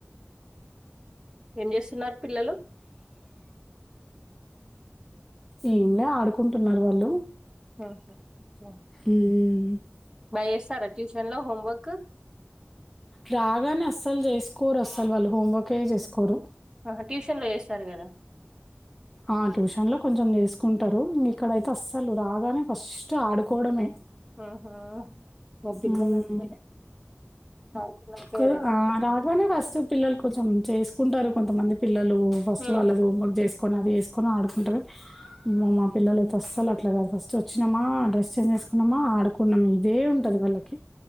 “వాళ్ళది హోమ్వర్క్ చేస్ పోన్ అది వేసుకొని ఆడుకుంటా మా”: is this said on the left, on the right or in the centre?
Centre